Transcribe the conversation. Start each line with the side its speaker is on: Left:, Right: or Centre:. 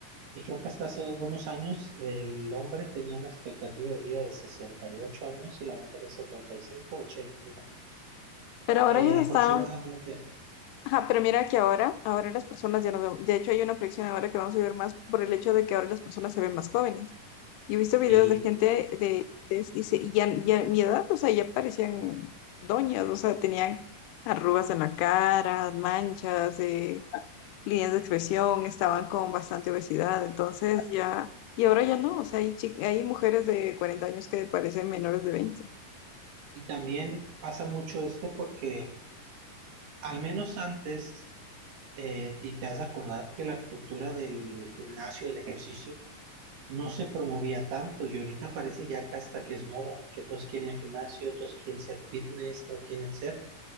Right: Y creo que hasta hace algunos años el hombre tenía una expectativa de vida de 68 años y la mujer de 75, 80,
Left: Pero ahora
Right: eh,
Left: ya
Right: aproximadamente.
Left: están Ajá, pero mira que ahora, ahora las personas ya no... vemos- De hecho, hay una proyección ahora que vamos a ver más por el hecho de que ahora las personas se ven más jóvenes. Yo he visto videos
Right: Y,
Left: de gente de antes y, se, y ya, ya mi edad, o sea, ya parecían doñas, o sea, tenían arrugas en la cara, manchas, eh, líneas de expresión, estaban con bastante obesidad, entonces ya, y ahora ya no, o sea, hay, chi- hay mujeres de 40 años que parecen menores de veinte
Right: y también pasa mucho esto porque al menos antes, eh, y te has de acordar que la cultura del gimnasio y el ejercicio no se promovía tanto y ahorita parece ya que hasta que es moda, que todos quieren el gimnasio, todos quieren ser fitness, todos quieren ser.